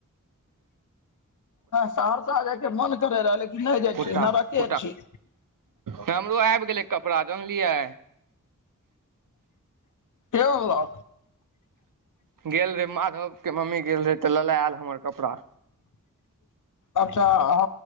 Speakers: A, on the left; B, on the right.
A: सहरसा जायके मन करे रहै लेकिन नै जाइ
B: कोटा
A: छी नरके
B: कोटा
A: छी।
B: हमरो आबि गेलै कपड़ा जनलियै।
A: यौ।
B: गेल रहे माधव के मम्मी गेल रहे तऽ लेने आयल हमर कपड़ा।
A: अच्छा हँ